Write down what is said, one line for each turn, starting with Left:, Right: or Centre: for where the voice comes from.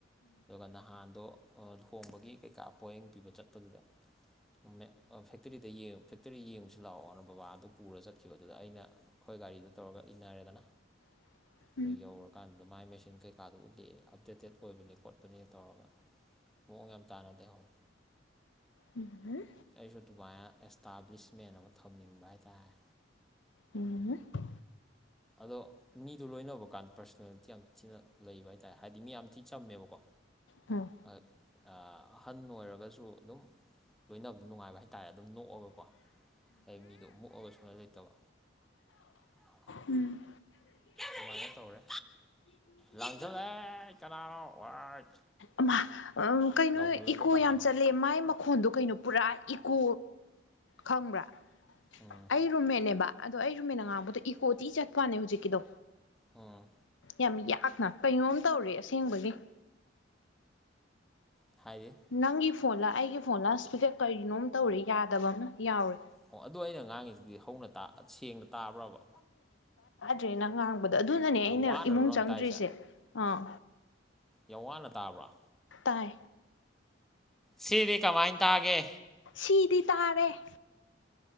Centre: ꯑꯗꯨꯒ ꯅꯍꯥꯟꯗꯣ ꯂꯨꯍꯣꯡꯕꯒꯤ ꯀꯩꯀꯥ ꯄꯣꯌꯦꯡ ꯄꯤꯕ ꯆꯠꯄꯗꯨꯗ ꯃꯦ ꯑ ꯐꯦꯛꯇꯔꯤꯗ ꯌꯦꯡ ꯐꯦꯛꯇꯔꯤ ꯌꯦꯡꯉꯨꯁꯤ ꯂꯥꯛꯑꯣꯅ ꯕꯕꯥꯗꯨ ꯄꯨꯔ ꯆꯠꯈꯤꯕ ꯑꯗꯨꯗ ꯑꯩꯅ ꯈꯣꯏ ꯒꯥꯔꯤꯗꯨ ꯇꯧꯔꯒ ꯏꯟꯅꯔꯦꯗꯅꯥ
Left: <unintelligible>
Centre: ꯑꯗꯨ ꯌꯧꯔꯀꯥꯟꯗꯨꯗ ꯃꯥꯏ ꯃꯦꯆꯤꯟ ꯀꯩꯀꯥꯗꯣ ꯎꯠꯂꯤ ꯑꯞꯗꯦꯇꯦꯠ ꯑꯣꯏꯕꯅꯤ ꯈꯣꯠꯄꯅꯦ ꯇꯧꯔꯒ ꯃꯑꯣꯡ ꯌꯥꯝ ꯇꯥꯅ ꯂꯩꯍꯧꯔꯦ
Left: ꯎꯝ
Centre: ꯑꯩꯁꯨ ꯑꯗꯨꯃꯥꯏꯅ ꯑꯦꯁꯇꯥꯕ꯭ꯂꯤꯁꯃꯦꯟ ꯑꯃ ꯊꯝꯅꯤꯡꯕ ꯍꯥꯏꯇꯥꯔꯦ
Left: ꯎꯝ
Centre: ꯑꯗꯣ ꯃꯤꯗꯣ ꯂꯣꯏꯅꯕ ꯀꯥꯟꯗ ꯄꯔꯁꯣꯅꯦꯂꯤꯇꯤ ꯌꯥꯝ ꯊꯤꯅ ꯂꯩꯕ ꯍꯥꯏꯇꯥꯔꯦ ꯍꯥꯏꯗꯤ ꯃꯤ ꯌꯥꯝ ꯊꯤ ꯆꯝꯃꯦꯕꯀꯣ
Left: ꯎꯝ
Centre: ꯑ ꯑꯥ ꯑꯍꯟ ꯑꯣꯏꯔꯒꯁꯨ ꯑꯗꯨꯝ ꯂꯣꯏꯅꯕꯗꯣ ꯅꯨꯡꯉꯥꯏꯕ ꯍꯥꯏꯇꯥꯔꯦ ꯑꯗꯨꯝ ꯅꯣꯛꯑꯒꯀꯣ ꯍꯥꯏ ꯃꯤꯗꯣ ꯃꯨꯛꯑꯒ ꯁꯨꯂꯩ ꯂꯩꯇꯕ <unintelligible>
Left: ꯎꯝ
Centre: ꯑꯗꯨꯃꯥꯏꯅ ꯇꯧꯔꯦ ꯂꯥꯡꯖꯜꯂꯦ ꯀꯅꯥ ꯋꯥꯏ
Left: ꯑꯃꯥ ꯎ ꯀꯩꯅꯣ
Centre: ꯂꯥꯎꯁꯜꯂꯛꯏꯗꯣ
Left: ꯏꯀꯣ
Centre: ꯀꯅꯥꯅꯣ
Left: ꯌꯥꯝ ꯆꯠꯂꯦ ꯃꯥꯏ ꯃ ꯈꯣꯟꯗꯣ ꯀꯩꯅꯣ ꯄꯨꯔꯥ ꯏꯀꯣ ꯈꯪꯕ꯭ꯔꯥ
Centre: ꯎꯝ
Left: ꯑꯩ ꯔꯨꯝꯃꯦꯠꯅꯦꯕ ꯑꯗꯣ ꯑꯩ ꯔꯨꯃꯦꯟꯅ ꯉꯥꯡꯕꯗꯣ ꯏꯀꯣ ꯊꯤ ꯆꯠꯄ꯭ꯋꯥꯅꯦ ꯍꯧꯖꯤꯛꯀꯤꯗꯣ
Centre: ꯑꯣ
Left: ꯌꯥꯝ ꯌꯥꯛꯅ ꯀꯩꯅꯣꯝ ꯇꯧꯔꯦ ꯑꯁꯦꯡꯕꯒꯤ
Centre: ꯍꯥꯏꯌꯦ
Left: ꯅꯪꯒꯤ ꯐꯣꯟꯂꯥ ꯑꯩꯒꯤ ꯐꯣꯟꯂꯥ ꯏꯁꯄꯤꯀꯔ ꯀꯔꯤꯅꯣꯝ ꯇꯧꯔꯤ ꯌꯥꯗꯕ ꯑꯃ ꯌꯥꯎꯔꯦ
Centre: ꯑꯣ ꯑꯗꯨ ꯑꯩꯅ ꯉꯥꯡꯉꯤꯁꯤꯗꯤ ꯍꯧꯅ ꯇꯥ ꯁꯦꯡꯅ ꯇꯥꯕ꯭ꯔꯕ
Left: ꯭ꯔꯦꯅ ꯉꯥꯡꯕꯗꯣ ꯑꯗꯨꯅꯅꯦ
Centre: ꯌꯥꯝ
Left: ꯑꯩꯅ
Centre: ꯋꯥꯅꯔꯣ
Left: ꯏꯃꯨꯡ
Centre: ꯅꯪ
Left: ꯆꯪꯗ꯭ꯔꯤꯁꯦ
Centre: ꯇꯥꯏꯁꯦ
Left: ꯑꯥ
Centre: ꯌꯥꯝ ꯋꯥꯅ ꯇꯥꯕ꯭ꯔꯥ
Left: ꯇꯥꯏ
Centre: ꯁꯤꯗꯤ ꯀꯃꯥꯏꯟ ꯇꯥꯒꯦ
Left: ꯁꯤꯗꯤ ꯇꯥꯔꯦ